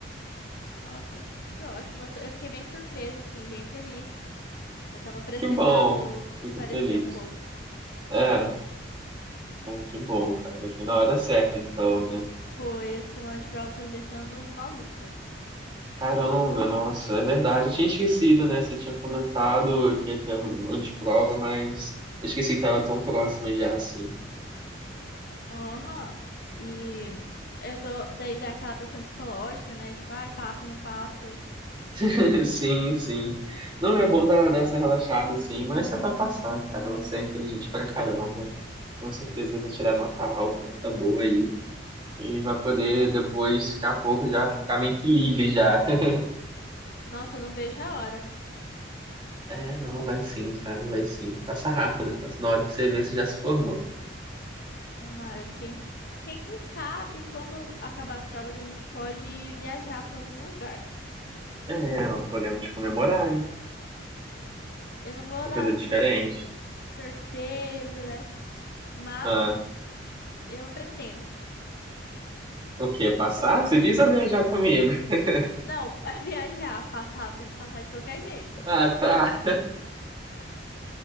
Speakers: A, on the left (about 50°); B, on the right (about 25°).
A: Nossa, que ótimo. Eu, tô- eu fiquei bem surpresa, assim, bem feliz. Eu tava precisando
B: Que bom, fico
A: parecer
B: feliz.
A: um pouco.
B: É, é, que bom, cara, foi na hora certa então, né?
A: Foi, a semana de prova tá me deixando maluca.
B: Caramba, nossa, é verdade. Eu tinha esquecido, né? Você tinha comentado que ia ter uma de prova, mas eu esqueci que tava tão próxima já, assim.
A: Aham. E eu tô, daí dá aquela pressão psicológica, né? Tipo, ai, passa, não passa.
B: <laughs> Sim, sim. Não é bom dar, dar essa relaxada, assim, mas você vai passar, cara. Você é inteligente pra caramba. Com certeza vai tirar nota alta, nota boa aí. E vai poder depois, daqui a pouco, já ficar meio que livre já. <laughs>
A: Nossa, eu não vejo a hora.
B: É, não, vai sim, cara, vai sim. Passa rápido, passa. Na hora que você vê, você já se formou.
A: Tomara. Quem, quem sabe quando acabar as provas a gente pode viajar para algum lugar.
B: É, ó, podemos comemorar, hein?
A: Eu não vou
B: Uma
A: dar
B: coisa diferente.
A: assim certeza, né? Mas
B: Ah,
A: eu pretendo.
B: o quê? Passar? Você diz ou viajar comigo? <laughs>
A: Não, <laughs> viajar, passar, tem que passar de qualquer jeito.
B: Ah, tá.